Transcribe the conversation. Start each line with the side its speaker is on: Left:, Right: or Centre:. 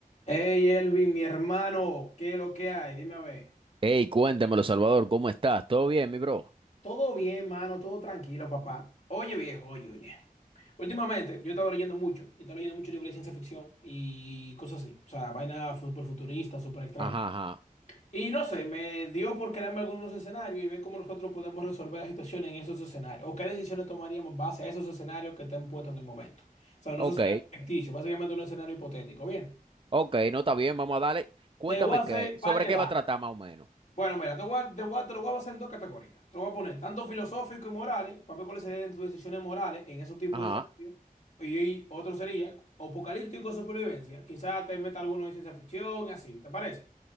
Left: Hey Elvin, mi hermano, ¿qué es lo que hay? Dime a ver.
Right: Hey, cuéntemelo, Salvador, ¿cómo estás? ¿Todo bien, mi bro?
Left: Todo bien, mano, todo tranquilo, papá. Oye, viejo, oye, oye. Últimamente yo he estado leyendo mucho, y he estado leyendo mucho libros de ciencia ficción y cosas así. O sea, vaina súper futurista, súper extraña.
Right: Ajá, ajá.
Left: Y no sé, me dio por crearme algunos escenarios y ver cómo nosotros podemos resolver las situaciones en esos escenarios. O qué decisiones tomaríamos en base a esos escenarios que te han puesto en el momento. O sea, unos
Right: Ok,
Left: escenarios ficticios, básicamente un escenario hipotético. Bien,
Right: ok, no está bien, vamos a darle. Cuéntame
Left: te voy a hacer
Right: qué, sobre
Left: par de
Right: qué
Left: vainas.
Right: va a tratar más o menos.
Left: Bueno, mira, te voy a- te voy a- te lo voy a basar en dos categorías. Te lo voy a poner tanto filosófico y morales, para ver cuáles serían tus decisiones morales en esos tipos
Right: Ajá,
Left: de escenarios. Y otro sería apocalíptico de supervivencia. Quizás te meta alguno de ciencia ficción y así, ¿te parece?